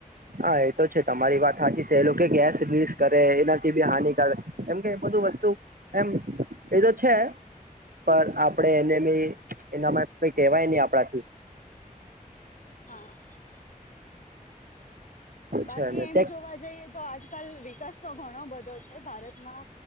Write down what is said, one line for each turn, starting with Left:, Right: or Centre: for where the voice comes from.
Right: હા એ તો છે તમારી વાત સાચી છે એ લોકો કે ગેસ લીસ કરે એનાથી બી હાનિકારક એમ કે બધું વસ્તુ એમ એ તો છે. પણ આપણે એને બી એનામાં કઈ કહેવાય નહી આપણાથી
Left: <unintelligible> બાકી
Right: છે ને
Left: એમ જોવા જઈએ તો આજકાલ વિકાસ તો ઘણો બધો છે ભારતમાં